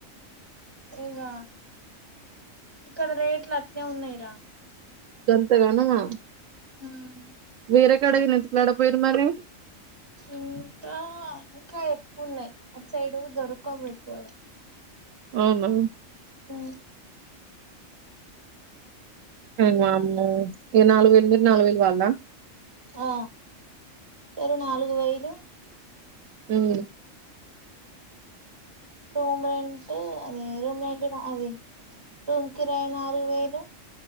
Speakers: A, on the right; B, on the right.
A: ఇంగా ఇక్కడ రేట్లు అట్నే ఉన్నాయిరా.
B: గంతగణమా.
A: హ్మ
B: మీరెకడ గిన ఎతుక్ లాడక పోయిన్రు మరి.
A: ఇంకా ఇంకా ఎక్కువున్నాయి అటు సైడు దొరకవు ఎక్కువగా.
B: అవునా!
A: ఊ
B: మ ఏ నాలుగు వేల మీద నాలుగు వేలు కావాలనా.
A: ఆ సరే నాలుగు వెయ్యిలూ.
B: హ్మ
A: తొమెంచ్ అదే రూమ్ రంట అదే రూమ్ కిరాయ నాలుగు వేలు